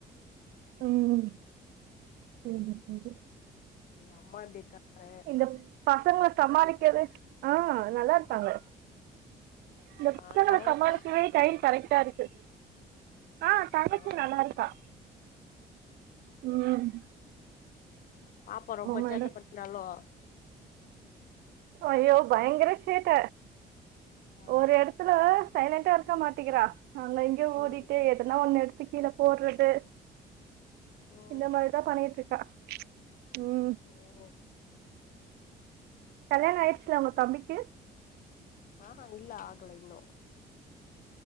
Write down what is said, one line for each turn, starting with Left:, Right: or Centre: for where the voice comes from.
Right: உம் சேரி சேரி
Left: கே அம்மா எப்டி இருக்காங்க
Right: இந்த பசங்கள சமாளிக்கவே ஆ நல்லா இருக்காங்க இந்த
Left: ஆ
Right: பசங்கள
Left: தங்கச்சி
Right: சமாளிக்கவே டைம் கரெக்டா இருக்கு ஆ தங்கச்சி
Left: ஆமா
Right: நல்லா இருக்கா ம்
Left: பாப்பா ரொம்ப
Right: மேடம்
Left: சேட்ட பண்றாளோ
Right: ஜயோ பயங்கர சேட்ட
Left: ஆ
Right: ஒரு எடத் துல சைலண்ட்டா இருக்க மாட்டேக்கிறா அங்க இங்க
Left: ம்
Right: ஓடிட்டு எதுனா ஒன்னு எடுத்து கீழ போடுறது
Left: ம்
Right: இந்த மாரி தா பண்ணிட்டு இருக்கா ம்
Left: ஓ
Right: கல்யாண ஆயிடுச்சுல உங்க தம்பிக்கு
Left: ஆஹா இல்ல ஆகல இன்னும்